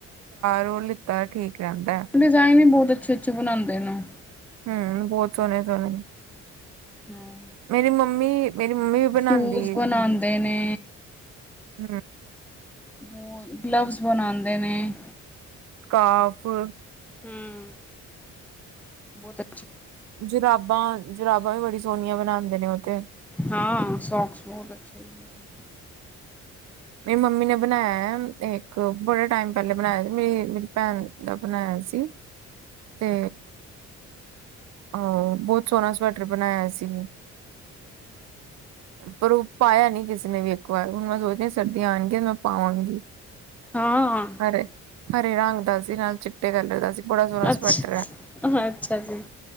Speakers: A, on the right (about 60°); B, in the centre.
A: ਜੋ ਲਿੱਤਾ ਠੀਕ। ਰਹਿੰਦਾ
B: ਡਿਜ਼ਾਈਨ ਇ ਬਹੁਤ ਬ ਅੱਛੇ ਅੱਛੇ ਬਣਾਂਦੇ ਨਾ
A: ਹਮ ਬਹੁਤ ਸੋਹਣੇ ਸੋਹਣੇ
B: ਹਮ
A: ਮੇਰੀ ਮੰਮੀ ਮੇਰੀ ਮੰਮੀ ਵੀ ਬਣਾਉਂਦੀ
B: ਸ਼ੂਜ
A: ਆ
B: ਬਣਾਦੇ ਨੇ
A: ਹਮ
B: ਬ ਗਲਵਸ ਬਣਾਉਂਦੇ ਨੇ।
A: ਕਾਫ <unintelligible>
B: ਹਮ ਉ ਤੇ <unintelligible>
A: ਜਰਾਬਾਂ ਜਰਾਬਾਂ ਵੀ ਬੜੀ ਸੋਹਣੀਆਂ ਬਣਾਉਂਦੇ ਨੇ ਓਹ ਤੇ
B: ਹਾਂ ਸੋਕਸ ਬਹੁਤ ਅੱਛੇ ਬਣਾਦੇ
A: ਮੇਰੀ ਮੰਮੀ ਨੇ ਬਣਾਇਆ। ਇੱਕ ਬੜਾ ਟਾਈਮ ਪਹਿਲੇ ਬਣਾਇਆ ਮੇਰੀ ਮੇਰੀ ਭੈਣ ਦਾ ਬਣਾਇਆ ਸੀ। ਤੇ ਅਹ ਬਹੁਤ ਸੋਹਣਾ ਸਵੈਟਰ ਬਣਾਇਆ ਸੀ। ਪਰ ਉਹ ਪਾਇਆ ਨੀ ਕਿਸੇ ਨੇ ਵੀ ਇੱਕ ਵਾਰ ਹੁਣ ਮੈਂ ਸੋਚਦੀ ਸਰਦੀਆਂ ਆਉਣਗੀਆਂ ਤੇ ਮੈਂ ਪਾਵਾਂਗੀ।
B: ਹਾਂ
A: ਹਰੇ ਹਰੇ ਰੰਗ ਦਾ ਸੀ ਨਾਲ ਚਿੱਟੇ ਕਲਰ ਦਾ ਸੀ ਬੜਾ ਸੋਹਣਾ ਸਵੈਟਰ
B: ਅੱਛਾ,
A: ਹੈ।
B: ਅੱਛਾ ਜੀ।